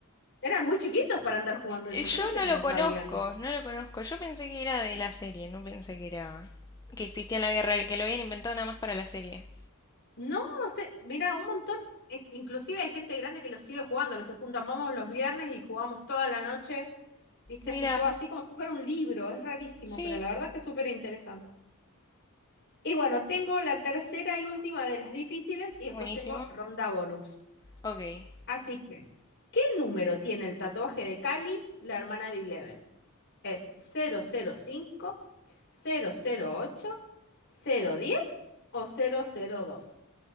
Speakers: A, on the left; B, on the left.
A: Eran muy chiquitos para andar jugando eso,
B: Eh, Yo
A: yo no sé
B: no
A: cómo
B: lo
A: sabían.
B: conozco, no lo conozco. Yo pensé que era de la serie, no pensé que era... que existía en la vida real, que lo habían inventado nada más para la serie.
A: No sé, mira, un montón, e- inclusive hay gente grande que lo sigue jugando, que se juntan, vamos los viernes y jugamos toda la noche. ¿Viste?
B: Mira,
A: Se juega así como si fuera un libro, es rarísimo,
B: sí.
A: pero la verdad que es súper interesante. Y bueno, tengo la tercera y última de las difíciles y después
B: Buenísimo.
A: tengo ronda bonus.
B: Ok.
A: Así que, ¿qué número tiene el tatuaje de Cali, la hermana de Eleven? ¿Es cero cero cinco, cero cero cinco ocho cero diez o cero cero dos.